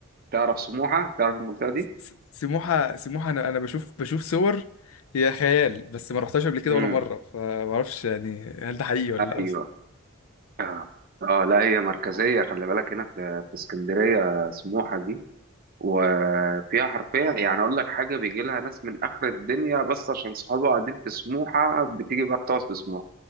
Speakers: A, on the right; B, on the left.
A: تعرف سموحه تعرف المنطقه دي
B: س- سموحه سموحه انا انا بشوف بشوف صور هي خيال بس ما رحتهاش قبل كده
A: امم
B: ولا مره فما اعرفش يعني هل ده حقيقي ولا لا
A: ايوه
B: اصلا
A: اه آه، لا هي مركزيه خلي بالك هنا في في اسكندريه سموحه دي وفيها حرفيا يعني اقول لك حاجه بيجي لها ناس من اخر الدنيا بس عشان صحابها قاعدين في سموحه بتيجي بقى بتقعد في سموحه